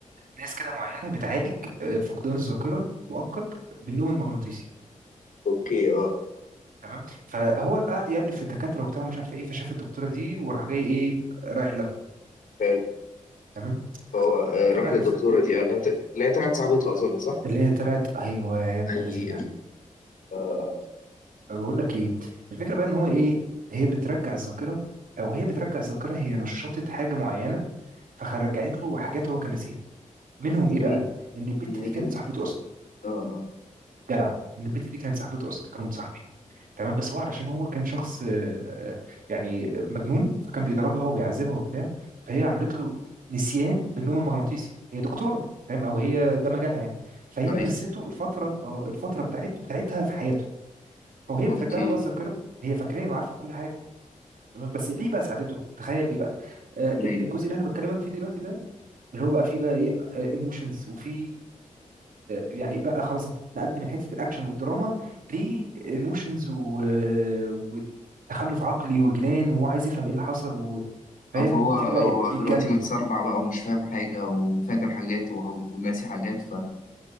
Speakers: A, on the right (about 80°); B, on the left (about 70°).
A: ناس كده معينه بتعالج آه، فقدان الذاكره مؤقت بالنوم المغناطيسي
B: اوكي اه
A: تمام فهو قعد يألف في الدكاتره وبتاع ومش عارف ايه فشاف الدكتوره دي وراح جاي ايه رايح لها
B: حلو
A: تمام
B: فهو آه
A: الفكره
B: راح
A: بقى
B: للدكتوره
A: في-
B: دي قال لها ت- لا هي طلعت صاحبته اظن صح؟
A: اللي هي طلعت ايوه يا ابن
B: اي
A: اللذينه
B: اه اه
A: بقول لك ايه الفكره بقى ان هو ايه هي بترجع الذاكره او هي بترجع الذاكره هي نشطت حاجه معينه فرجعت له حاجات هو كان ناسيها منهم ايه
B: زي
A: بقى ان البت
B: ان هي
A: دي
B: كانت
A: كانت صاحبته اصلا
B: اه اه
A: جدع ان البت دي كانت صاحبته اصلا كانوا متصاحبين تمام بس هو علشان هو كان شخص آه، آه، يعني مجنون فكان بيضربها وبيعذبها وبتاع فهي عملت له نسيان بالنوم المغناطيسي هي دكتوره فاهم او هي ده مجالها يعني فهي
B: ايوه
A: نسيته الفتره آه، الفتره بتاعت بتاعتها في حياته فهي
B: اوكي
A: بترجع له بقى الذاكره هي فاكراه وعارفه كل حاجه تمام بس ليه بقى ساعدته تخيل ليه بقى آه،
B: ليه؟
A: الجزء اللي انا بكلمك فيه دلوقتي ده اللي هو بقى فيه بقى ايه ايموشنز وفي يعني بقى خلاص انت اتنقلت من حته الاكشن والدراما لايموشنز وتخلف عقلي وجنان وهو عايز يفهم ايه اللي حصل وفاهم
B: اه فهو
A: ويبتدي
B: هو
A: بقى بيتجنن
B: دلوقتي متسربع بقى ومش فاهم حاجه وفاكر حاجات وهو- وناسي حاجات